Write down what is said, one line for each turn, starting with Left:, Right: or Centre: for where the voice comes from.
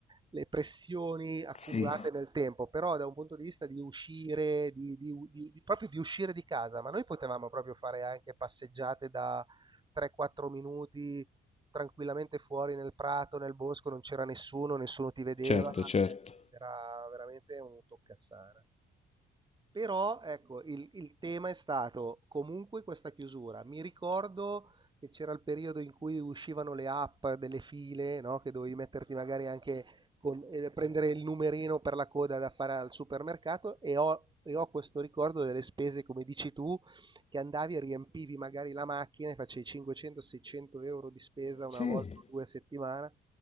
Right: le pressioni accumulate
Left: Sì.
Right: nel tempo, però da un punto di vista di uscire, di, di- di- di, proprio di uscire di casa, ma noi potevamo proprio fare anche passeggiate da 3-4 minuti tranquillamente fuori nel prato, nel bosco, non c'era nessuno, nessuno ti vedeva,
Left: Certo, certo.
Right: era veramente un toccassana. Però, ecco, il, il tema è stato comunque questa chiusura. Mi ricordo che c'era il periodo in cui uscivano le app delle file, no? Che dovevi metterti magari anche con, eh, prendere il numerino per la coda da fare al supermercato e ho e ho questo ricordo delle spese, come dici tu, che andavi e riempivi magari la macchina e facevi 500-600 euro di spesa
Left: Sì.
Right: una volta o due a settimana,